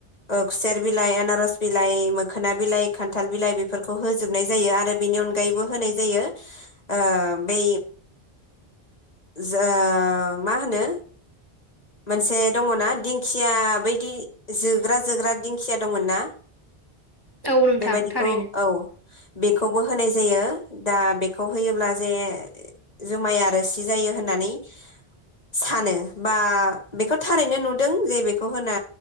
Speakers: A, on the left (about 40°); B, on the right (about 25°).
A: ओ खुसेर बिलाइ आनारस बिलाइ मोखोना बिलाइ खान्थाल बिलाइ बेफोरखौ होजोबनाय जायो आरो बेनि अनगायैबो होनाय जायो ओ बै जो मा होनो मोनसे दङ ना दिंखिया बायदि जोग्रा जोग्रा दिंखिया दंमोन ना
B: औ नोंथां
A: बेबायदिखौ
B: थारैनो
A: औ बेखौबो होनाय जायो दा बेखौ होयोब्ला जे जुमाया रोसि जायो होननानै सानो बा बेखौ थारैनो नुदों जे बेखौ होना